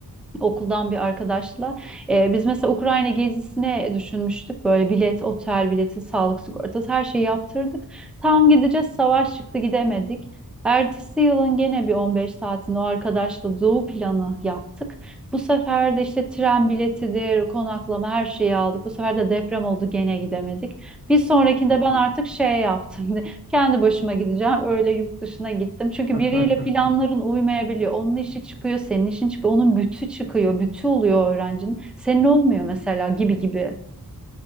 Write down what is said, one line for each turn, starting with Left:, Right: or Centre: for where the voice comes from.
Centre: okuldan bir arkadaşla. Ee, biz mesela Ukrayna gezisine düşünmüştük. Böyle bilet, otel bileti, sağlık sigortası her şeyi yaptırdık. Tam gideceğiz savaş çıktı gidemedik. Ertesi yılın gene bir 15 saatinde o arkadaşla doğu planı yaptık. Bu sefer de işte tren biletidir, konaklama her şeyi aldık. Bu sefer de deprem oldu gene gidemedik. Bir sonrakinde
Right: hadi
Centre: ben artık
Right: ya.
Centre: şey yaptım. <laughs> Kendi başıma gideceğim. Öyle yurt dışına gittim. Çünkü
Right: <laughs>
Centre: biriyle planların uymayabiliyor. Onun işi çıkıyor, senin işin çıkıyor. Onun bütü çıkıyor. Bütü oluyor öğrencinin. Senin olmuyor mesela gibi gibi.